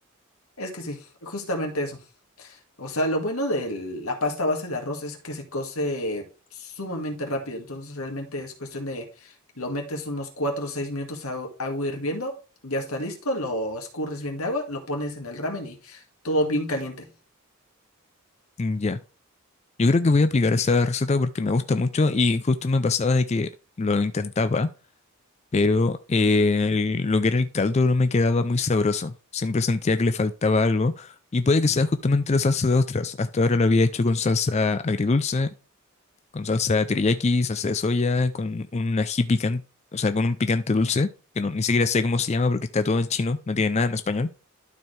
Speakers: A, on the left; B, on the left.
A: Es que sí, justamente eso. O sea, lo bueno de la pasta base de arroz es que se cose sumamente rápido. Entonces, realmente es cuestión de lo metes unos 4 o 6 minutos a agua hirviendo, ya está listo, lo escurres bien de agua, lo pones en el ramen y todo bien caliente.
B: Ya. Yo creo que voy a aplicar esa receta porque me gusta mucho y justo me pasaba de que lo intentaba, pero eh, el- lo que era el caldo no me quedaba muy sabroso. Siempre sentía que le faltaba algo y puede que sea justamente la salsa de ostras. Hasta ahora lo había hecho con salsa agridulce, con salsa teriyaki, salsa de soya, con un ají picante, o sea, con un picante dulce, que no, ni siquiera sé cómo se llama porque está todo en chino, no tiene nada en español,